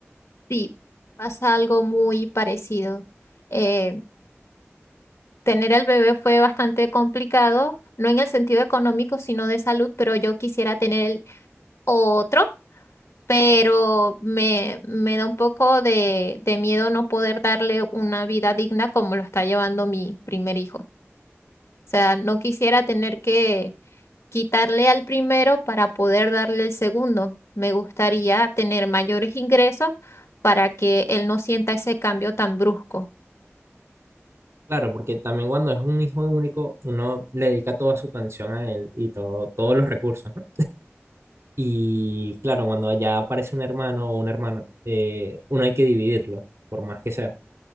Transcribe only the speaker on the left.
Sí, pasa algo muy parecido. Eh, tener al bebé fue bastante complicado, no en el sentido económico, sino de salud, pero yo quisiera tener el otro, pero me, me da un poco de, de miedo no poder darle una vida digna como lo está llevando mi primer hijo. O sea, no quisiera tener que quitarle al primero para poder darle el segundo. Me gustaría tener mayores ingresos para que él no sienta ese cambio tan brusco.